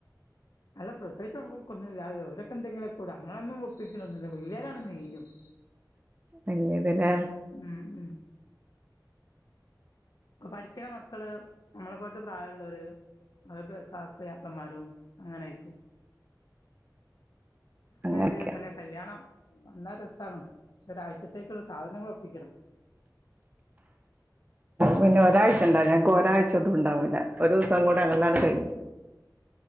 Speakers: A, on the left; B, on the right.
A: അല്ല പ്രസവിച്ചൊന്നും കുഞ്ഞ് <unintelligible> ഇരൊക്കെ എന്തെങ്കിലൊക്കെ ഇടും അങ്ങനൊന്നും ഒപ്പിക്കലൊന്നുല്ല പിള്ളേരാണ് മെയിനും
B: വല്ല്യ പെരാ
A: ഉം ഉം ഇപ്പം പഠിക്ക്ണ മക്കള് നമ്മളെപ്പോലത്തെ പ്രായ <unintelligible> പുയ്യാപ്പ്ളമാരും അങ്ങനായിട്ട് <unintelligible>
B: അങ്ങനൊക്കെയാ
A: കല്യാണം വന്നാ രസാണ് പക്ഷോരാഴ്ചത്തേക്കുള്ള സാധനങ്ങളൊപ്പിക്കണം
B: പിന്നെ ഒരാഴ്ച ഉണ്ടാകാ ഞങ്ങക്ക് ഒരാഴ്ച്ച അതു ഉണ്ടാവൂല്ല ഒരൂസം ക്കൂടെ ഞങ്ങളട്ത് കയിഞ്ഞ്